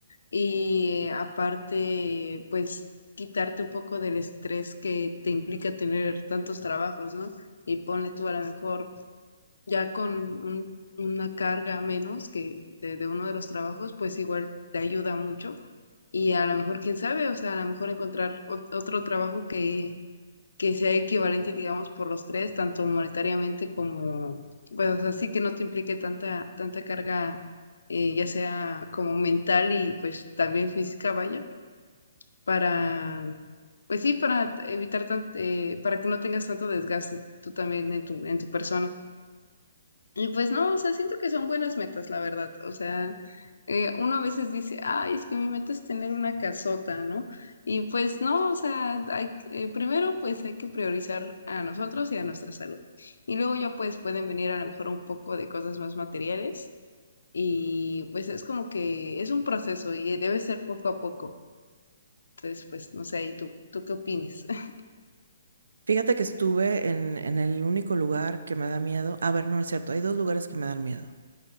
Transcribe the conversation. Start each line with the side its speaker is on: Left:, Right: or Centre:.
Left: Y aparte, pues quitarte un poco del estrés que te implica tener tantos trabajos, ¿no? Y pone tú a lo mejor ya con un- una carga menos que de, de uno de los trabajos, pues igual te ayuda mucho y a lo mejor, quién sabe, o sea, a lo mejor encontrar ot- otro trabajo que, que sea equivalente, digamos, por los tres, tanto monetariamente como, pues, o sea, sí que no te implique tanta, tanta carga, eh, ya sea como mental y pues también física, vaya, para, pues sí, para evitar tan- eh, para que no tengas tanto desgaste tú también en tu, en tu persona. Y pues no, o sea, siento que son buenas metas, la verdad, o sea eh, uno a veces dice, ay, es que mi meta es tener una casota, ¿no? Y pues no, o sea, hay- eh, primero pues hay que priorizar a nosotros y a nuestra salud. Y luego ya pues pueden venir a lo mejor un poco de cosas más materiales y pues es como que es un proceso y debe ser poco a poco. Entonces, pues no sé, ahí tú, ¿tú qué opinas? <laughs>
Right: Fíjate que estuve en, en el único lugar que me da miedo. A ver, no es cierto. Hay dos lugares que me dan miedo.